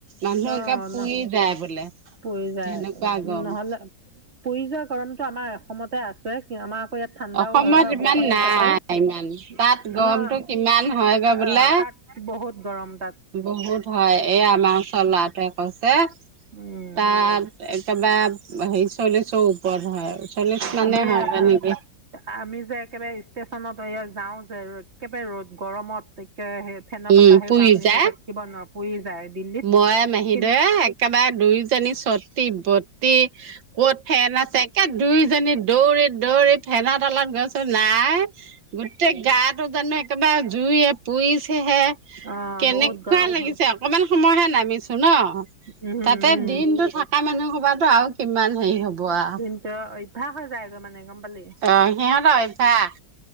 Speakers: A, on the right (about 80°); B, on the right (about 35°).
A: মানুহ
B: অ
A: একেবাৰে পুৰি
B: ন
A: যায় বোলে। সেনেকুৱা
B: পুৰি যায়
A: গৰম।
B: নহ'লে পুৰি যোৱা গৰমটো আমাৰ অসমতে আছে। আমাৰ ইয়াত ঠাণ্ডাও
A: অসমত
B: হয় হয়
A: ইমান
B: বৰষুৃণ দি
A: নাই
B: থাকে। অ',
A: ইমান তাত গৰমটো কিমান হয়গৈ বোলে
B: অ', তাত বহুত গৰম তাত।
A: বহুত হয় এই আমাৰ ওচৰৰ ল'ৰাতোৱে কৈছে
B: উম
A: তাত একেবাৰে সেই চল্লিশৰ ওপৰত হয়। চল্লিশ মানে
B: আমি
A: হৈগে
B: আহ,
A: নেকি?
B: আমি যে একেবাৰে ষ্টেচনত যাওঁ যে একেবাৰে গৰমত, একেৰাহে ফেনৰ
A: উম
B: বতাহেও
A: পুৰি
B: কাম নিদিয়ে
A: যায়
B: থাকিব নোৱাৰোঁ পুৰি যায় দিল্লীত
A: মই মাহীদেউয়ে
B: কিন্তু
A: একেবাৰে দুইজনী চটী বটি ক'ত ফেন আছে একে দুইজনী দৌৰি দৌৰি ফেনৰ তলত গৈছো নাই গোটেই গা টো জানো একেবাৰে জুইয়ে পুৰিছেহে।
B: অ
A: কেনেকুৱা
B: বহুত গৰম
A: লাগিছে
B: হয়
A: অকমান সময়হে নামিছো ন
B: উম
A: তাতে
B: উম
A: দিনতটো থকা মানুহ সোপাতো আৰু কিমান হেৰি হ'ব আৰু
B: দিনটো অভ্যাস হৈ যায়গৈ মানে গম পালি
A: অ সিহঁতৰ অভ্যাস